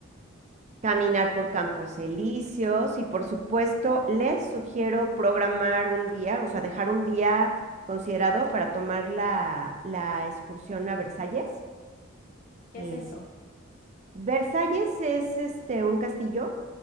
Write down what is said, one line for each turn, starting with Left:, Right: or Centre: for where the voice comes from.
Right: caminar por campos elíseos y por supuesto les sugiero programar un día, o sea, dejar un día considerado para tomar la, la excursión a Versalles.
Left: ¿Qué
Right: Es-
Left: es eso?
Right: Versalles es este un castillo.